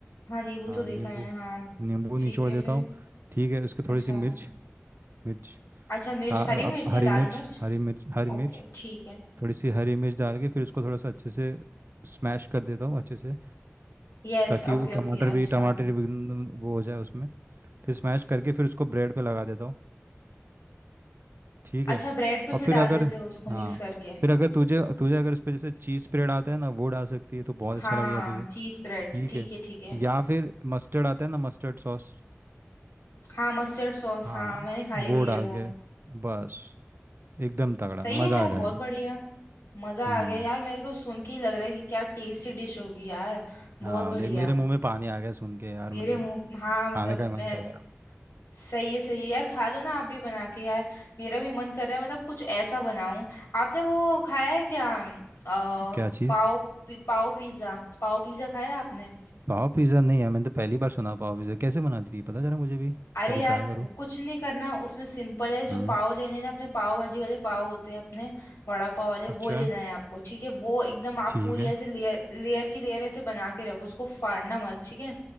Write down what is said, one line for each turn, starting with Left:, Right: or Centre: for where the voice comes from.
Left: हाँ नींबू
Right: हाँ
Left: तो देखा
Right: नींबू
Left: है मैंने हाँ
Right: नींबू
Left: ठीक
Right: निचोड़
Left: है
Right: देता
Left: फिर
Right: हूँ ठीक है उसके
Left: अच्छा
Right: थोड़ी सी मिर्च मिर्च
Left: अच्छा मिर्च
Right: आ, अब
Left: हरी मिर्च
Right: हरी
Left: या लाल
Right: मिर्च
Left: मिर्च
Right: हरी मिर्च हरी
Left: ओके
Right: मिर्च
Left: ठीक है
Right: थोड़ी सी हरी मिर्च डाल के फिर उसको थोड़ा सा अच्छे से स्मैश कर देता हूँ अच्छे से
Left: यस
Right: ताकि
Left: ओके
Right: वो
Left: ओके
Right: टमाटर
Left: अच्छा
Right: भी टमाटर भी एकदम वो हो जाए उसमें फिर स्मैश करके फिर उसको ब्रेड पे लगा देता हूँ ठीक
Left: अच्छा
Right: है
Left: ब्रेड पे फिर
Right: और फिर
Left: डाल
Right: अगर
Left: देते हो उसको
Right: हाँ
Left: मिक्स करके
Right: फिर अगर
Left: ओके
Right: तुझे तुझे अगर उस पर जैसे चीज़ स्प्रेड आता है ना वो डाल सकती है तो बहुत अच्छा
Left: हाँ
Right: लगेगा तुझे
Left: चीज ब्रेड
Right: ठीक
Left: ठीक
Right: है
Left: है ठीक है
Right: या फिर मस्टर्ड आता है ना मस्टर्ड सॉस
Left: हाँ मस्टर्ड सॉस
Right: हाँ
Left: हाँ मैंने खाई
Right: वो
Left: हुई
Right: डाल
Left: है वो
Right: के बस एकदम तगड़ा
Left: सही
Right: मज़ा
Left: है यार
Right: आ जाएगा
Left: बहुत बढ़िया मजा
Right: हम्म
Left: आ गया यार मेरे को सुन के ही लग रहा है कि क्या टेस्टी डिश होगी यार बहुत
Right: हाँ
Left: बढ़िया
Right: देख मेरे मुंह में पानी आ गया सुन के यार
Left: मेरे
Right: मतलब
Left: मुंह हाँ
Right: खाने
Left: मतलब
Right: का ही मन
Left: मैं
Right: कर रहा
Left: सही है सही है यार खा लो ना आप भी बना के यार मेरा भी मन कर रहा है मतलब कुछ ऐसा बनाऊं आपने वो खाया है क्या अ
Right: है क्या चीज़
Left: पाव पी- पाव पिज्जा पाव पिज्जा खाया है आपने
Right: पाव पिज़्ज़ा नहीं है मैंने तो पहली बार सुना पाव पिज़्ज़ा कैसे बनाती है पता चला मुझे भी
Left: अरे
Right: कभी
Left: यार
Right: ट्राई करूँ
Left: वो कुछ नहीं करना उसमें सिंपल है जो
Right: हम्म
Left: पाव लेने ना अपने पाव भाजी वाले पाव होते हैं अपने वड़ा पाव वाले
Right: अच्छा
Left: वो लेना है आपको ठीक है वो एकदम आप
Right: ठीक
Left: पूरी
Right: है
Left: ऐसे लेयर लेयर की लेयर ऐसे बना के रखो उसको फाड़ना मत ठीक है